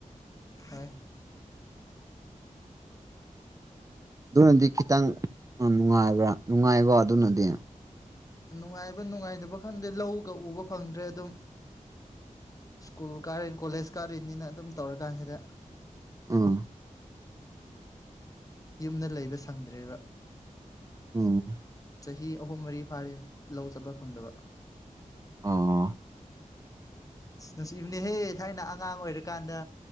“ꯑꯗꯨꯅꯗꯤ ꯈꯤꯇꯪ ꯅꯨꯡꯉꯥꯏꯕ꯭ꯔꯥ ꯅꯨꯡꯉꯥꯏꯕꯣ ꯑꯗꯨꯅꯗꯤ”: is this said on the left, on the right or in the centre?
Right